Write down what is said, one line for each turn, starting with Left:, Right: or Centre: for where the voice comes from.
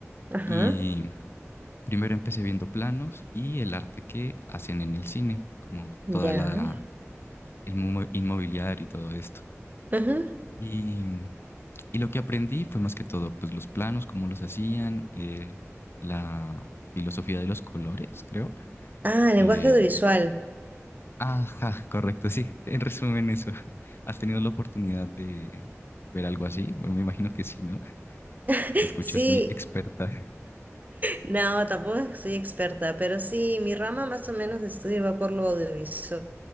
Right: Ajá.
Left: Y primero empecé viendo planos y el arte que hacen en el cine, como
Right: Ya.
Left: toda la... el mo- inmobiliario y todo esto.
Right: Ajá.
Left: Y, y lo que aprendí fue más que todo, pues los planos, cómo los hacían, eh, la filosofía de los colores, creo,
Right: Ah,
Left: que...
Right: lenguaje audiovisual.
Left: Ajá, correcto, sí. En resumen, eso. <laughs> ¿Has tenido la oportunidad de ver algo así? Bueno, me imagino que sí, ¿no?
Right: <laughs>
Left: Te escuchas
Right: Sí,
Left: muy experta.
Right: No, tampoco soy experta, pero sí, mi rama más o menos de estudio va por lo audiovisual,